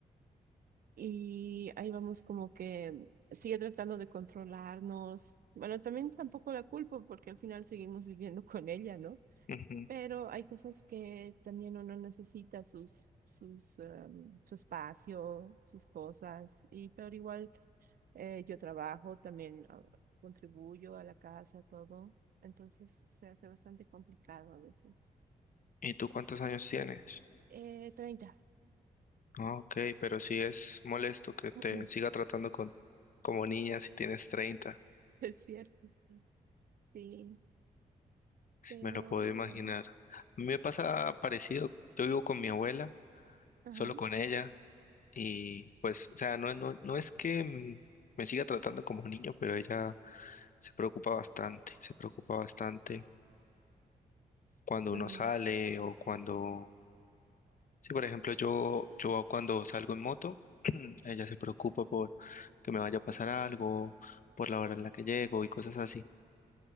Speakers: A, on the right; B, on the left.
A: y ahí vamos como que sigue tratando de controlarnos. Bueno, también tampoco la culpo porque al final seguimos viviendo <laughs> con ella, ¿no?
B: Ujú.
A: Pero hay cosas que también uno necesita sus, sus, em, su espacio, sus cosas, y pero igual. Eh, yo trabajo, también ah, contribuyo a la casa, todo. Entonces se hace bastante complicado a veces.
B: ¿Y tú cuántos años tienes?
A: Eh, 30.
B: Ah, ok, pero sí es molesto que
A: <laughs>
B: te siga tratando con, como niña si tienes 30.
A: Es cierto. Sí,
B: si
A: pero
B: me lo puedo
A: ahí
B: imaginar.
A: vamos.
B: A mí me pasa parecido, yo vivo con mi abuela,
A: Ajá.
B: solo con ella. Y pues, o sea, no, no, no es que mm, me siga tratando como niño, pero ella se preocupa bastante, se preocupa bastante cuando uno
A: Ah,
B: sale o cuando, sí, por ejemplo, yo, yo cuando salgo en moto, <clears throat> ella se preocupa por que me vaya a pasar algo, por la hora en la que llego y cosas así.